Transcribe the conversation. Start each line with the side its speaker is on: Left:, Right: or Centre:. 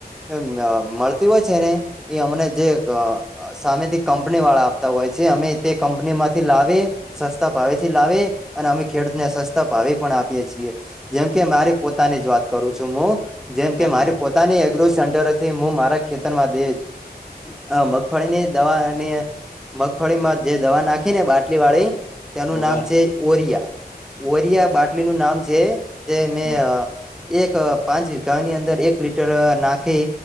Centre: અ-મળતી હોય છે ને. એ
Left: હમ
Centre: અમને જે ગ-અ સામેથી કંપનીવાળા આપતા હોય છે, અમે તે કંપનીમાંથી લાવી સસ્તા ભાવેથી લાવી. અને અમે ખેડૂતને સસ્તા ભાવે પણ આપીએ છીએ, જેમ કે મારી પોતાની જ વાત કરું છું હું જેમ
Left: હા
Centre: કે મારી
Left: બોલો
Centre: પોતાની એગ્રો સેન્ટર હતી હું મારા ખેતરમાંથી, દે આ મગ ફળીની દવા અને મગફળીમાં જે દવા નાખી ને બાટલીવાળી. તેનું
Left: હોવે
Centre: નામ છે ઓરિયા, ઓરિયા બાટલી નું નામ છે, તે મેં
Left: હમ
Centre: અ એક પાંચ વીઘાની અંદર એક લીટર નાખી